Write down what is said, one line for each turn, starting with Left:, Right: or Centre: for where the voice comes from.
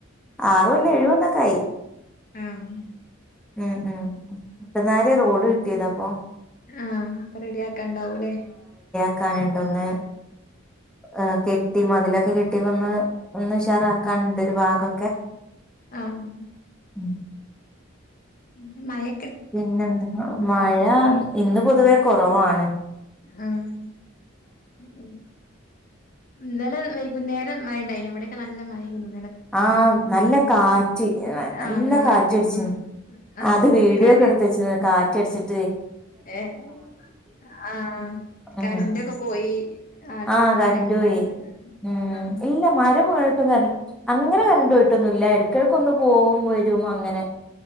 Centre: ആറുകൊല്ലം ഏഴുകൊല്ലൊക്കായി
Left: ആഹ്
Centre: ഉം ഉം ഇപ്പന്നാരെ റോഡ് കിട്ടിയത് അപ്പൊ
Left: ആഹ് അപ്പൊ റെഡിയാക്കാ ഇണ്ടാവൂലേ
Centre: ക്കാനെ ഒന്ന് ആഹ് കെ ട്ടി മതിലൊക്കെ കെട്ടിയൊക്കൊന്ന് ഒന്ന് ഉഷാറാക്കാണ്ട് ഒരു ഭാഗൊ
Left: ആഹ്
Centre: ഉം
Left: എന്ത് മഴെ
Centre: പിന്നെന്ത് മഴ ഇ ഇന്ന് പൊതുവേ കൊറവാണ്
Left: ആഹ് ഉം ഉം ഇന്നലെ വൈകുന്നേരം മഴ ഉണ്ടായിന് ഇവിടെക്കെ നല്ല മഴയിനു
Centre: ആഹ് നല്ല കാറ്റ് നല്ല
Left: ആഹ് കാറ്റും
Centre: കാറ്റ് അടിച്ച്
Left: ഉം ആഹ്
Centre: അത് വീഡിയോ
Left: കര്
Centre: ഒക്കെ എടുത്ത് വെച്ച് കാറ്റ് റ്റടിച്
Left: ഏഹ് ആഹ്
Centre: ഉം
Left: കറന്റ്‌ ഒക്കെ പോയി ആകെ
Centre: ആഹ്
Left: മരൊക്കെ
Centre: കറന്റ്
Left: വീണാണ്ട്
Centre: പോയി ഉം
Left: ആഹ്
Centre: ഇല്ല മരം വീ അങ്ങനെ കരണ്ട് പോയിട്ടൊന്നും ഇല്ല എ ഇടക്കിടക്കൊന്ന് പോവും വരും അ അങ്ങനെ